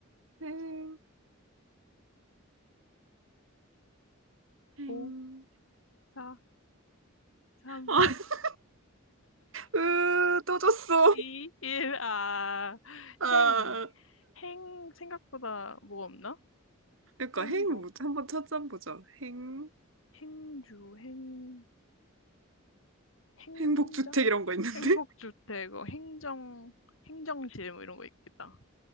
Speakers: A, on the right (about 70°); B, on the left (about 70°).
A: 행, 행.
B: 5, 4, 3,
A: 아, 으, 또 줬어.
B: 2, 1, 아,
A: 아,
B: 행, 행, 생각보다 뭐 없나?
A: 그러니까
B: 행복,
A: 행, 뭐, 한번 찾아보자. 행,
B: 행주, 행, 행정,
A: 행복주택 이런 거 있는데?
B: 행복주택, 어, 행정, 행정실, 뭐 이런 거 있겠다.